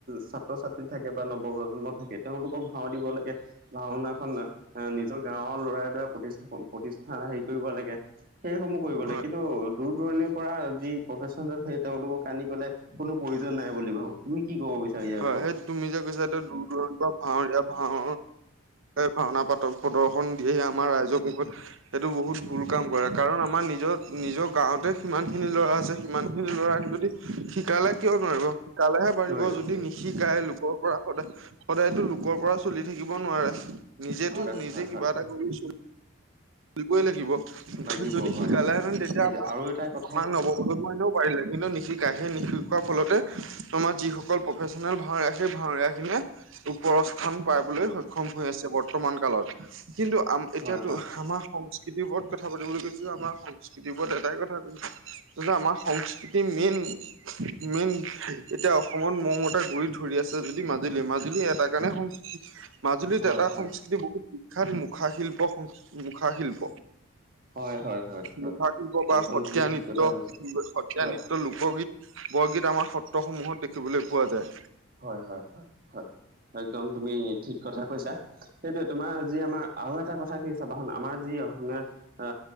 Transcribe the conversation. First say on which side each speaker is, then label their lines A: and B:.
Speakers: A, on the right; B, on the right.
A: ছাত্ৰ-ছাত্ৰী থাকে বা নৱ প্ৰজন্ম থাকে তেওঁলোকক ভাও দিব লাগে। ভাওনাখন এ নিজৰ গাঁওৰ লৰাই দৰা প্ৰতিষ্ঠাপ, প্ৰতিষ্ঠা হেৰি কৰিব লাগে। সেইসমূহ কৰিব
B: হয়
A: লাগে কিন্তু দূৰ দূৰণিৰ পৰা যি প্ৰফেচনেল সেই তেওঁলোকক আনি পেলাই কোনো প্ৰয়োজন নাই বুলি ভাবোঁ তুমি কি কব বিচাৰি ইয়াৰ
B: হয়
A: পৰা
B: সেই তুমি যে কৈছা এতিয়া দূৰ দূৰৰ ভাওৰীয়া ভাও ভাওনা পাতক প্ৰদৰ্শন দিয়ে আমাৰ ৰাইজৰ মুখত সেইটো বহুত ভুল কাম কৰে কাৰণ আমাৰ নিজৰ নিজৰ গাঁৱতে সিমানখিনি ল'ৰা আছে সিমানখিনি ল'ৰা যদি শিকালে কিয় নোৱাৰিব শিকালেহে পাৰিব
A: নোৱাৰিব
B: যদি
A: সেইটো
B: নিশিকাই লোকৰ পৰা সদায় সদায়তো লোকৰ পৰা চলি থাকিব নোৱাৰে
A: হয়
B: নিজেটো
A: হয়
B: নিজে
A: হয়
B: কিবা
A: হয়
B: এটা কৰি চ শিকিবই লাগিব
A: লাগিব
B: যদি
A: হয়
B: শিকালেহেতেন
A: হয়
B: তেতিয়া
A: সেইটো আৰু এটা কথা
B: আমাৰান লব অই কিন্তু নিশিকা সেই নিশিকাৰ ফলতে তোমাৰ যিসকল প্ৰফেচনেল ভাওৰা ভাওৰীয়া খিনিয়ে ওপৰ স্থান পাবলৈ
A: হয়
B: সক্ষম হৈ আছে বৰ্তমান কালত কিন্তু আম এতিয়াটো
A: হয় হয়
B: আমাৰ সংস্কৃতি বোৰত কথা পাতিম বুলি কৈছিল আমাৰ সংস্কৃতিৰ বোৰত এটাই কথা কম আমাৰ সংস্কৃতিৰ মেইন মেইন এতিয়া অসমত মমত এটা গুৰি ধৰি আছে যদি মাজুলী মাজুলী এটা কাৰণে সংস্ৃ মাজুলীত
A: হয়
B: এটা
A: হয়
B: সংস্কৃতি বহুত বিখ্যাত মুখাশিল্প মুখাশিল্প।
A: হয় হয় হয় হয়
B: মুখাশিল্প বা
A: একদম
B: সত্ৰীয়া
A: তুমি
B: নৃত্য
A: ঠিক কথা কৈছা
B: সত্ৰীয়া
A: হয়
B: নৃত্য লোকগীত বৰগীত আমাৰ সত্ৰসমূহত দেখিবলৈ পোৱা যায়।
A: হয় হয় হয় হয় একদম তুমি ঠিক কথা কৈছা। সেইটোৱে তোমাৰ যি আমাৰ আৰু এটা কথা চাবাচোন আমাৰ যি অসমীয়া আ